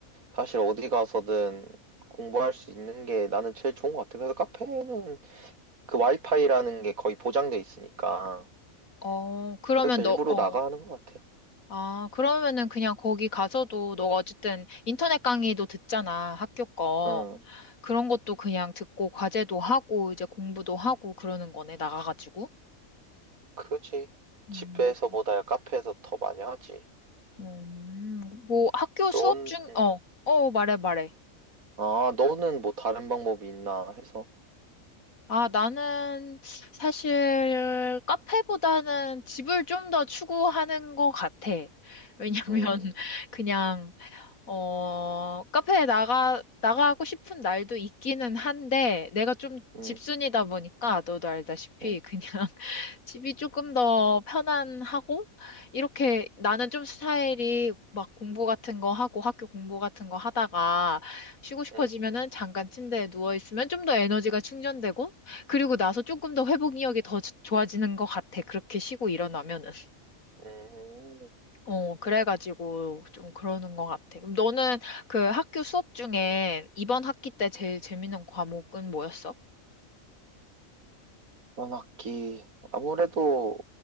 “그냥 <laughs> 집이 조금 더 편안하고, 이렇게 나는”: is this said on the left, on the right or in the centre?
Left